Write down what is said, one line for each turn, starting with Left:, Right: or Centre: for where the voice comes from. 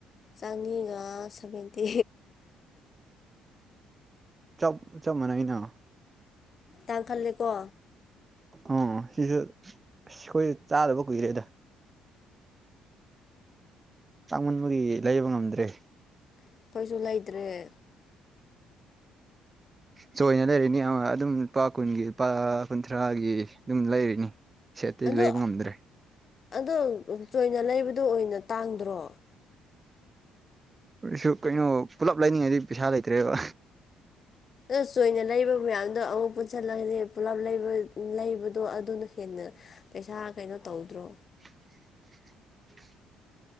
Left: ꯆꯅꯤꯒ ꯁꯚꯦꯟꯇꯤ
Right: ꯆꯞ ꯆꯞ ꯃꯥꯟꯅꯩꯅ
Left: ꯇꯥꯡꯈꯠꯂꯦꯀꯣ
Right: ꯑꯣ ꯁꯤꯁꯨ ꯑꯁ ꯑꯩꯈꯣꯏꯁꯨ ꯆꯥꯗꯕ ꯀꯨꯏꯔꯦꯗ ꯇꯥꯡꯃꯟꯕꯒꯤ ꯂꯩꯕ ꯉꯝꯗ꯭ꯔꯦ
Left: ꯑꯩꯈꯣꯏꯁꯨ ꯂꯩꯗꯔꯦ
Right: ꯆꯣꯏꯅ ꯂꯩꯔꯤꯅꯤ ꯑꯗꯨꯝ ꯂꯨꯄꯥ ꯀꯨꯟꯒꯤ ꯂꯨꯄꯥ ꯀꯨꯟꯊ꯭ꯔꯥꯒꯤ ꯑꯗꯨꯝ ꯂꯩꯔꯤꯅꯤ ꯁꯦꯠꯇꯤ
Left: ꯑꯗꯣ
Right: ꯂꯩꯕ ꯉꯝꯗ꯭ꯔꯦ
Left: ꯑꯗꯣ ꯆꯣꯏꯅ ꯂꯩꯕꯗꯣ ꯑꯣꯏꯅ ꯇꯥꯡꯗ꯭ꯔꯣ
Right: ꯀꯁꯨ ꯀꯩꯅꯣ ꯄꯨꯜꯂꯞ ꯂꯩꯅꯤꯡꯉꯩꯗꯤ ꯄꯩꯁꯥ ꯂꯩꯇ꯭ꯔꯦꯕ
Left: ꯑ ꯆꯣꯏꯅ ꯂꯩꯕ ꯃꯌꯥꯝꯗꯣ ꯑꯃꯨꯛ ꯄꯨꯟꯁꯤꯜꯂꯗꯤ ꯄꯨꯂꯞ ꯂꯩꯕꯗꯣ ꯑꯗꯨꯅ ꯍꯦꯟꯅꯩ ꯄꯩꯁꯥ ꯀꯩꯅꯣ ꯇꯧꯗ꯭ꯔꯣ
Right: <unintelligible>